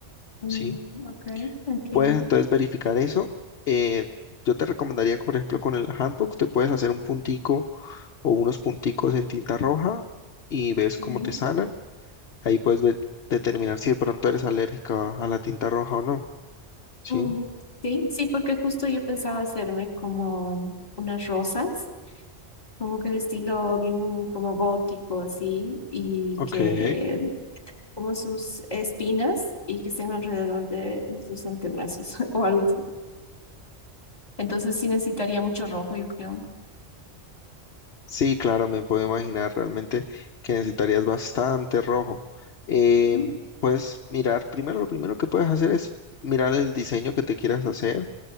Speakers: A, on the left (about 35°); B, on the left (about 65°).
A: Mm,
B: ¿sí?
A: ok, entiendo.
B: Puedes entonces verificar eso. Eh, yo te recomendaría, por ejemplo, con el handbook, te puedes hacer un puntico o unos punticos en tinta roja y ves
A: Ujú.
B: cómo te sanan. Ahí puedes ver- determinar si de pronto eres alérgica a la tinta roja o no, ¿sí?
A: Mm, Sí, sí, porque justo yo pensaba hacerme como unas rosas, como que de estilo bien como gótico, así, y
B: Ok.
A: que como sus espinas y que estén alrededor de nuestros antebrazos <laughs> o algo así. Entonces sí necesitaría mucho rojo, yo creo.
B: Sí, claro, me puedo imaginar realmente que necesitarías bastante rojo. Em,
A: Mm,
B: puedes mirar, primero lo primero que puedes hacer es mirar el diseño que te quieras hacer.